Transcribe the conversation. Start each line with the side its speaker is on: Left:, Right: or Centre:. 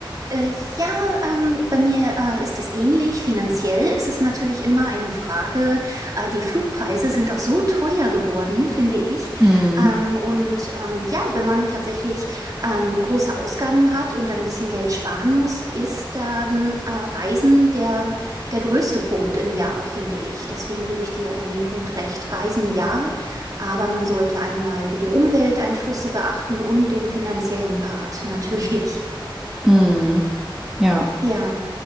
Right: Äh, ja, ähm, bei mir äh, ist es ähnlich. Finanziell ist es natürlich immer eine Frage. Äh, die Flugpreise sind auch so teuer geworden, finde ich.
Centre: Mm,
Right: Ähm, und ähm, ja, wenn man tatsächlich ähm, große Ausgaben hat und ein bisschen Geld sparen muss, ist dann äh, Reisen der, der größte Punkt im Jahr, finde ich. Deswegen gebe ich dir in dem Punkt recht. Reisen ja, aber man sollte einmal die Umwelteinflüsse beachten und den finanziellen Part <laughs> natürlich.
Centre: mm, ja.
Right: Ja.